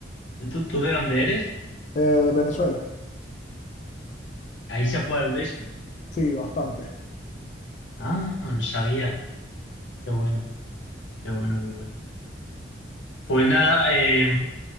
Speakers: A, on the left; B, on the left.
A: ¿tú, tú de dónde eres?
B: Eh, de Venezuela,
A: Ahí se juega el béisbol.
B: sí, bastante.
A: Ah, no sabía. Qué bueno, qué bueno, qué bueno. Pues nada, eh, <clears throat>